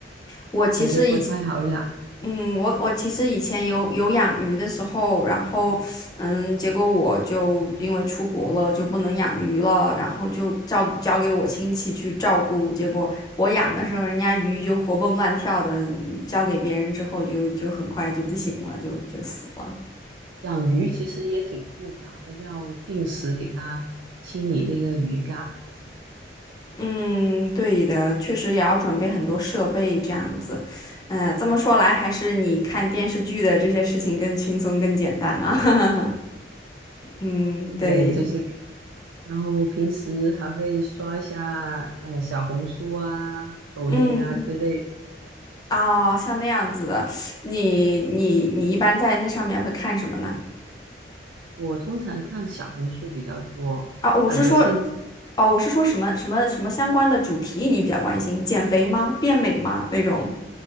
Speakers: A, on the left; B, on the right.
A: 我其实已经
B: 感觉不太好养。
A: 嗯，我我其实以前有有养鱼的时候，然后嗯，结果我就因为出国了就不能养鱼了，然后就交交给我亲戚去照顾。结果我养的时候，人家鱼就活蹦乱跳的，嗯交给别人之后就就很快就不行了，就就死了。
B: 养鱼其实也挺复杂的，要定时给它清理那个鱼缸啊什么的。
A: 嗯，对的，确实也要准备很多设备这样子。嗯、这么说来，还是你看电视剧的这些事情更轻松、更简单啊。<laughs> 嗯，对，
B: 对，就是给，然后平时还会刷一下呃小红书啊、抖音啊之类。
A: 嗯。哦，像那样子的，你你你一般在那上面会看什么呢？
B: 我通常看小红书比较多，
A: 啊，我是说，
B: 感觉现
A: 哦，我是说什么什么什么相关的主题你比较关心？减肥吗？变美吗？那种？